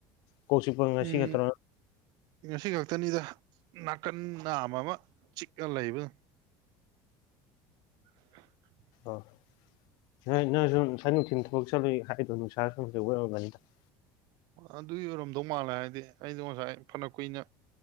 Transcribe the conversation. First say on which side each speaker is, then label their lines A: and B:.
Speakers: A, on the left (about 65°); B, on the right (about 60°).
A: ꯀꯣꯛ ꯆꯤꯄ ꯉꯁꯤ
B: ꯎꯝ
A: ꯈꯛꯇ
B: ꯉꯁꯤ ꯈꯛꯇꯅꯤꯗ ꯅꯥꯀꯟ ꯅꯥꯝ ꯑꯃ ꯆꯤꯛꯔ ꯂꯩꯕ꯫ <inaudible>
A: <inaudible>
B: ꯑꯗꯨꯒꯤ ꯑꯣꯏꯔꯝꯗꯧ ꯃꯥꯜꯂꯦ ꯍꯥꯏꯗꯤ ꯑꯩꯗꯣ ꯉꯁꯥꯏ ꯐꯅ ꯀꯨꯏꯅ꯫